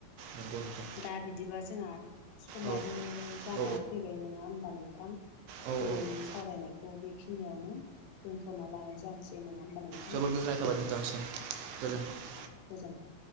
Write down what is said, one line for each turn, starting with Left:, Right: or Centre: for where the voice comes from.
Right: नंगौ नोंथां।
Left: दा बिदिबा जोंहा समाबो
Right: औ
Left: जाना
Right: औ
Left: फैबाय नङा होनोमबा नोंथां।
Right: औ
Left: दिनैनि
Right: औ
Left: सावरायनायखौ बेखिनियावनो दोनथ'ना लानाय जानोसै नङा होमबा नों
Right: जोबद गोजोननाय थाबाय नोंथांनिसिम गोजोन्थों
Left: गोजोन